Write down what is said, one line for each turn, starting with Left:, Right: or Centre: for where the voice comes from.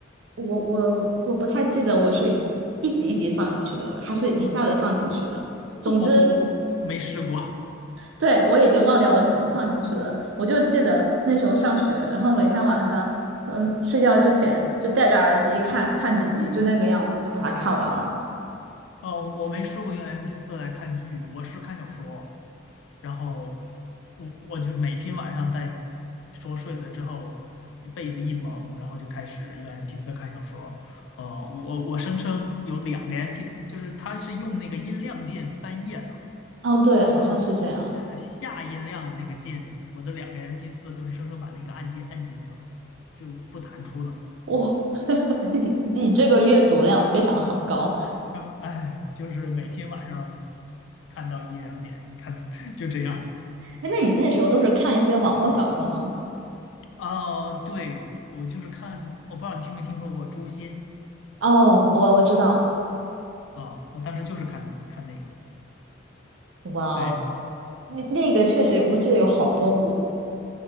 Right: 我我我不太记得我是一集一集放进去的，还是一下子放进去的。
Left: 嗯，
Right: 总之。
Left: 我我我我没试过，
Right: 对，我已经忘掉我是怎么放进去的，我就记得那时候上学，然后每天晚上，嗯，睡觉之前就戴着耳机看看几集，就那个样子，就把它看完了。
Left: 哦，我没试过用 m p 四来看剧，我是看小说，然后我我就是每天晚上在说睡了之后，被子一蒙，然后就开始用 m p 四看小说。呃，我我生生有两个 m p 四，就是它是用那个音量键翻页的，
Right: 哦，对，
Left: 就是
Right: 好像是这样。
Left: 就是下音量的那个键，我的两个 m p 四都是生生把那个按键按进去了，就不弹出了。
Right: 哇，<laughs> 你你这个阅读量非常很高。
Left: <laughs> 嗯，哎，就是每天晚上看到一两点，你看 <laughs> 就这样。
Right: 哎，那你那时候都是看一些网络小说吗？
Left: 啊，对，我就是看，我不知道你听没听说过诛仙
Right: 哦，我我知道。
Left: 啊，我当时就是看看那个，
Right: 哇哦，
Left: 哎，
Right: 那那个确实，我记得有好多部。